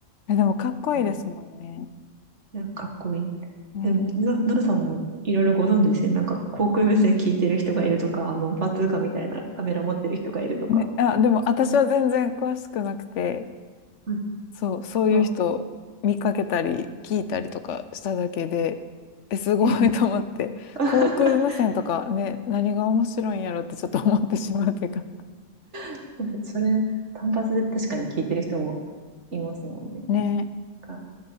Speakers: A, on the left; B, on the right.
A: え、でもかっこいいですもんね。
B: うん、いや、かかっこいい。
A: ね、
B: でも、な、なるさんもいろいろご存知ですね。なんか、航空無線聞いてる人がいるとか、あの、バズーカみたいなカメラ持ってる人がいるとかって。
A: ね、あ、でも私は全然詳しくなくて、
B: うんはい。
A: そう、そういう人見かけたり聞いたりとかしただけで、
B: あ、
A: え、すごいと思って、
B: ええ <laughs>
A: <laughs> 航空無線とかね、何が面白いんやろってちょっと思ってしまうというか。
B: <laughs> そうですそれ、単発で確かに聞いてる人もいますもんね。
A: <laughs> ねえ、
B: なんか、